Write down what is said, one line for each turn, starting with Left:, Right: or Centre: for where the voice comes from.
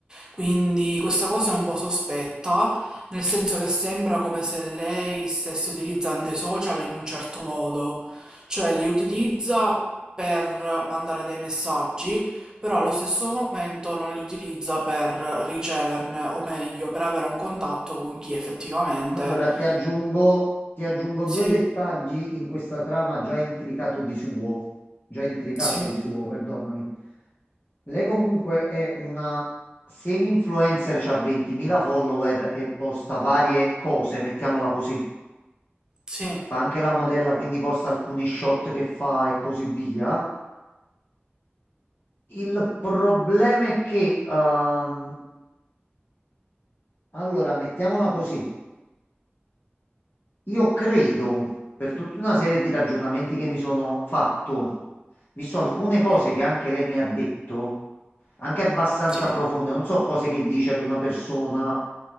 Right: Quindi questa cosa è un po' sospetta, nel senso che sembra come se lei stesse utilizzando i social in un certo modo, cioè li utilizza per mandare dei messaggi, però allo stesso momento non li utilizza per riceverne, o meglio, per avere un contatto con chi effettivamente...
Left: Allora ti aggiungo, ti aggiungo
Right: Sì,
Left: due dettagli in questa trama già intricato di suo, già intricata
Right: sì.
Left: di suo, perdonami. Lei comunque è una semi-influencer, ha 20.000 follower e posta varie cose, mettiamola così.
Right: Sì,
Left: fa anche la modella, quindi posta alcuni shot che fa e così via. Il problema è che, ehm, allora, mettiamola così, io credo, per tutta una serie di ragionamenti che mi sono fatto, visto alcune cose
Right: sì,
Left: che anche lei mi ha detto, anche abbastanza
Right: sì.
Left: profonde. Non so cose che dice ad una persona